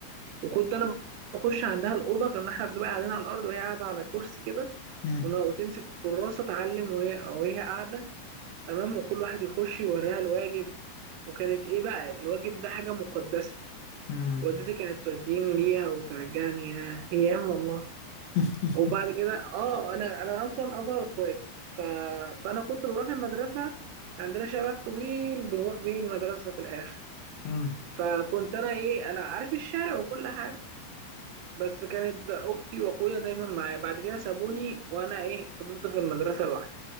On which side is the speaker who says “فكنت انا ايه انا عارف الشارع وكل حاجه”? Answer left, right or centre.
Right